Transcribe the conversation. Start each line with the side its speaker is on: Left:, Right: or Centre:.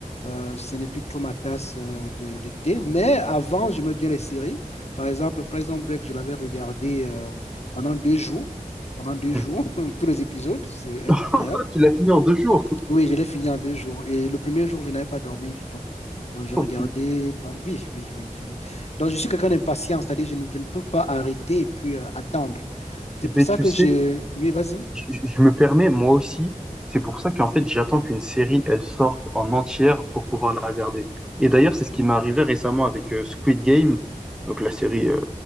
Left: Euh, ce n'est plus trop ma tasse euh, de, de thé. Mais avant, j'aimais bien les séries. Par exemple, Prison Break, je l'avais regardé euh, pendant deux jours. Pendant deux jours,
Centre: ah.
Left: <laughs> tous les épisodes, c'est
Centre: <laughs>
Left: incroyable.
Centre: Tu l'as fini en deux jours,
Left: Oui, je l'ai fini en deux jours. Et le premier jour, je n'avais pas dormi du tout.
Centre: <laughs>
Left: Donc, je
Centre: ton
Left: regardais.
Centre: film.
Left: pen- Oui, oui, oui. oui. Donc, je suis quelqu'un d'impatient, c'est-à-dire je ne, je ne peux pas arrêter et puis euh, attendre. C'est
Centre: Eh
Left: pour
Centre: ben,
Left: ça
Centre: tu
Left: que
Centre: sais,
Left: je... Oui, vas-y.
Centre: Je, je me permets, moi aussi, c'est pour ça qu'en fait, j'attends qu'une série, elle sorte en entière pour pouvoir la regarder. Et d'ailleurs, c'est ce qui m'est arrivé récemment avec euh, Squid Game, donc la série, euh,